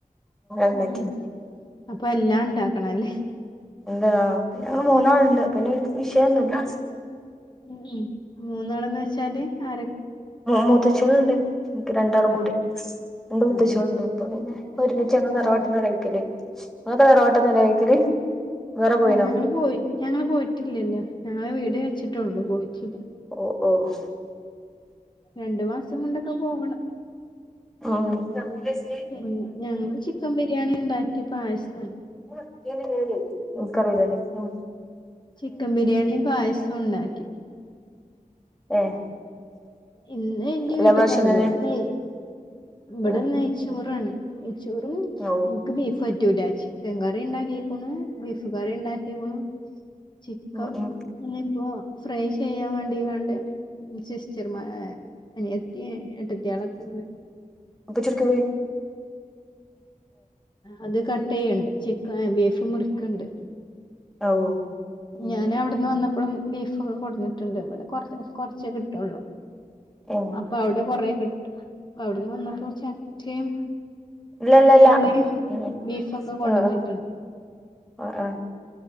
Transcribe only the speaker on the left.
ഉം അപ്പൊ എല്ലാം ഉണ്ടാക്കണല്ലേ
ഉം ഉം മൂന്നോള്ന്ന് വെച്ചാല് ആരൊ
ആ
ആ ആ ആ
ഉം
ആഹ് ഞങ്ങള് പോയി ഞങ്ങള് പോയിട്ടില്ലല്ലോ ഞങ്ങള് വീട് വെച്ചിട്ടൊള്ളൂ പോയിട്ടില്ല
രണ്ട് മാസം കൊണ്ടൊക്കെ പോകണം
പിന്നെ ഞങ്ങള് ചിക്കൻ ബിരിയാണിണ്ടാക്കി പായസം
ചിക്കൻ ബിരിയാണീം പായസോണ്ടാ
ഇന്ന് ന്റെ
വീട്ട്ക്ക്
വന്ന്ക്കാ
വടെ നെയ് ഇബടെ
നെയ്ച്ചോറാണ് നെയ്ച്ചോറും
ൻക്ക് ബീഫ് പറ്റൂല ചിക്കൻകറിണ്ടാക്കിക്കുണു ബീഫ് കറിണ്ടാക്കിക്കുണു ചിക്കം
പിന്നെ പ്പൊ ഫ്രൈ ചെയ്യാൻ വേണ്ടിങ്ങാണ്ട് സിസ്റ്റർമാ ഹ് അനയത്തി എട്ടത്തിയാളൊക്കന്ന്
അത് കട്ടീയ്യണ്ട് ചി ക്ക ബീഫ് മുറിക്കണ്ട്
ഞാനവിട്ന്ന് വന്നപ്പഴും ബീഫ് ഒക്കെ കൊടുന്നിട്ടുണ്ട് ഇവടെ കൊറ കൊറച്ചേ കിട്ടൊള്ളൂ
അപ്പൊ അവിടെ കൊറ കിട്ടും അവിടുന്ന് വന്നപ്പോ ചക്കേം
പൂളയും
ബീഫൊക്കെ കൊണ്ടന്നിട്ടുണ്ട്